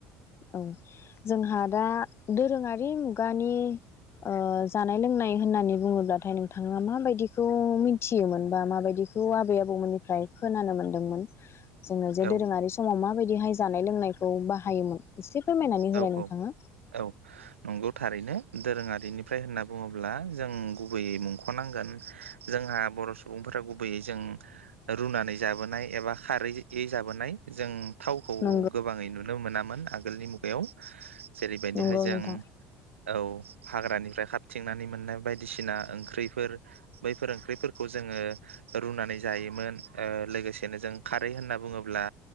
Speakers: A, on the left; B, on the right.
A: औ जोंहा दा दोरोङारि मुगानि ओ जानाय लोंनाय होननानै बुङोब्लाथाय नोंथाङा माबायदिखौ मिथियोमोन बा माबायदिखौ आबै आबौमोननिफ्राय खोनानो मोनदोंमोन? जोङो जे
B: औ
A: दोरोङारि समाव माबाय बेहाय जानाय लोंनायखौ बाहायोमोन? एसे फोरमायनानै होलाय
B: औ
A: नोंथाङा
B: औ औ नंगौ थारैनो दोरोङारिनिफ्राय होनना बुङोब्ला जों गुबैयै मुंखनांगोन जोंहा बर' सुबुंफोरा गुबैयै जों रुनानै जाबोनाय एबा खारैै है जाबोनाय जों, थावखौ
A: नंगौ
B: गोबाङै नुनो मोनामोन आगोलनि मु बेयाव, जेरैबायदिहाय
A: नंगौ
B: जों
A: नोंथां
B: औ हाग्रानिफ्राय खा मिथिंनानै मोननाय बायदिसिना ओंख्रैफोर बैफोर ओंख्रैफोरखौ जोङो रुनानै जायोमोन, ओ लोगोसेनो जों खारै होनना बुङोब्ला